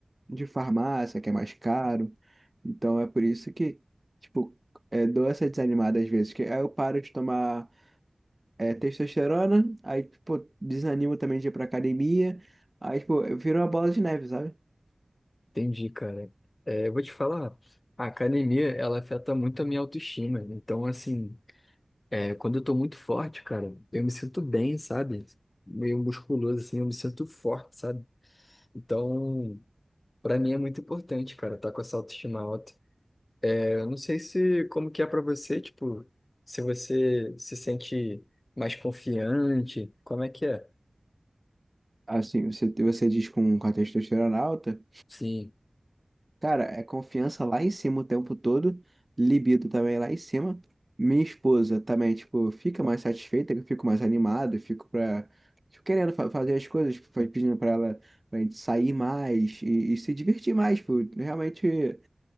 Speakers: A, on the right; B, on the left.
A: de farmácia, que é mais caro. Então é por isso que, tipo, é, dou essa desanimada às vezes. Que aí eu paro de tomar é, testosterona, aí, pô, desanimo também de ir pra academia. Aí, tipo, vira uma bola de neve, sabe?
B: Entendi, cara. É, eu vou te falar, a academia, ela afeta muito a minha autoestima. Então, assim, é, quando eu tô muito forte, cara, eu me sinto bem, sabe? Meio musculoso, assim, eu me sinto forte, sabe? Então, pra mim é muito importante, cara, tá com essa autoestima alta. É, eu não sei se, como que é pra você, tipo, se você se sente mais confiante, como é que é?
A: Assim, você, você diz com, com a testosterona alta.
B: Sim.
A: Cara, é confiança lá em cima o tempo todo, libido também lá em cima. Minha esposa também, tipo, fica mais satisfeita, eu fico mais animado, fico pra, tipo, querendo fa- fazer as coisas, tipo, foi pedindo pra ela pra gente sair mais e, e se divertir mais, tipo, realmente,